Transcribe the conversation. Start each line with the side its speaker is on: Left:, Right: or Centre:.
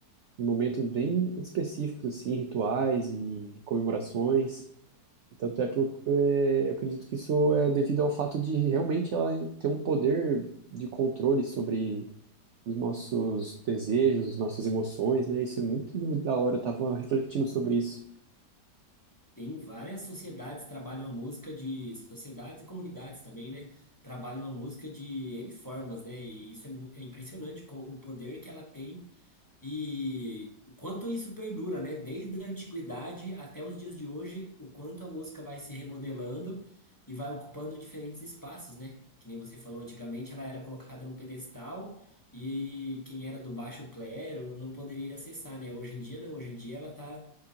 Right: em momentos bem específicos, assim, rituais e comemorações. Tanto é por, é, eu acredito que isso é devido ao fato de realmente ela ter um poder de controle sobre os nossos desejos, as nossas emoções, né? Isso é muito da hora, eu tava refletindo sobre isso.
Left: Tem várias sociedades que trabalham a música de sociedades e comunidades também, né? Trabalham a música de N formas, né? E isso é, mu- é impressionante com o poder que ela tem e o quanto isso perdura, né? Desde a antiguidade até os dias de hoje, o quanto a música vai se remodelando e vai ocupando diferentes espaços, né? Que nem você falou, antigamente ela era colocada num pedestal e quem era do baixo clero não poderia acessar, né? Hoje em dia não, hoje em dia ela tá